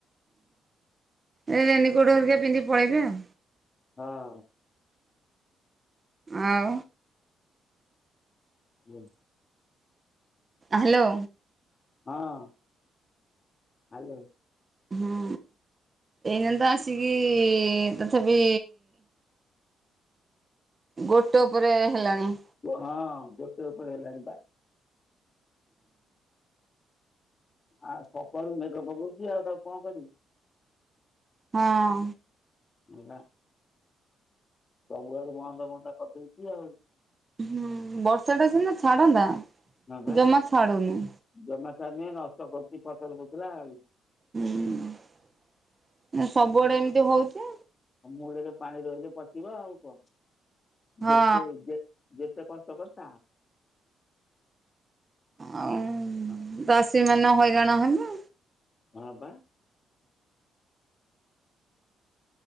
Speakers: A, on the right (about 30°); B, on the left (about 35°).
A: ଏଇ ରେନୀ କୋଟ ହରିକା ପିନ୍ଧିକି ପଳେଇବେ ଆଉ।
B: ହଁ।
A: ଆଉ?
B: ହଲୋ।
A: ହାଲୋ।
B: ହଁ ହାଲୋ।
A: ହୁଁ ଏଇନେ ତ ଆସିକି ତଥାପି ଗୋଟେ ଉପରେ ହେଲାଣି।
B: ହଁ ଗୋଟେ ଉପରେ ହେଲାଣି ପା? ଆଉ ସକାଳୁ ମେଘ ପକଉଚି ଆଉ ତାକୁ କଣ କରିବି?
A: ହଁ।
B: ମେଘା ସବୁଆଡୁ ବନ୍ଦ ବୁନ୍ଦା କରିଦେଇଚି ଆଉ।
A: ହୁଁ ବର୍ଷା ଟା ସିିନା ଛାଡନ୍ତା
B: ହଁ ବା
A: ଜମା ଛାଡୁନି।
B: ଜମା ଛାଡ଼ୁନି। ନଷ୍ଟ କରୁଚି ଫସଲ ଫୁସୁଲା ଆଉ।
A: ହୁଁ। ଆ ସବୁଆଡେ ଏମିତି ହଉଚି।
B: ଅ ମୂଳରେ ପାଣି ରହିଲେ ପଚିବ ଆଉ କଣ?
A: ହଁ
B: ଯେତେ ଯେ ଯେତେ କଷ୍ଟ କରିଥା
A: ଆଉ
B: ହଁ।
A: ଚାଷୀ ମାନେ ହଇରାଣ ହେଲେ।
B: ହଁ, ପା